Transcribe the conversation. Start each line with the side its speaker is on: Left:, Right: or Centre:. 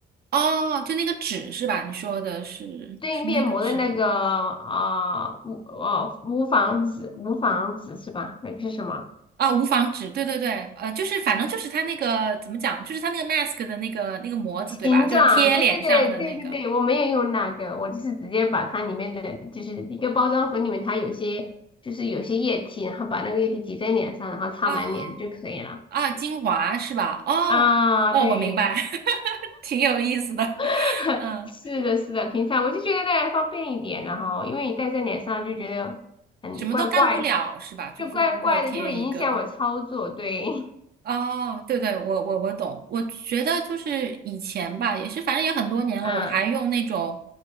Right: 哦，就那个纸是吧？你说的是是那个纸吗？
Left: 对面膜的那个呃无哦无纺织无纺织是吧？那个是什么
Right: 啊、无纺纸，对对对，呃，就是反正就是它那个怎么讲，就是它那个 mask 的那个那个模子，
Left: 形状？
Right: 对吧？就是贴脸上的那个
Left: 对对对对对对，我没有用那个，我就是直接把它里面的就是一个包装盒里面它有些就是有些液体，然后把那个液体挤在脸上，然后擦满脸就可以了。
Right: 啊啊，精华是吧？哦哦，
Left: 啊，对，
Right: 我明白，<laughs> 挺有意思的，
Left: <laughs>
Right: <laughs> 嗯，
Left: 是的，是的，平常我就觉得那样方便一点，然后因为你戴在脸上就觉得很怪怪，
Right: 什么都干不了是吧？就是说，
Left: 就怪怪的，
Right: 如果贴一个。
Left: 就会影响我操作，对。<laughs>
Right: 哦，对对，我我我懂。我觉得就是以前吧，也是反正也很多年了，
Left: 嗯
Right: 我还用那种，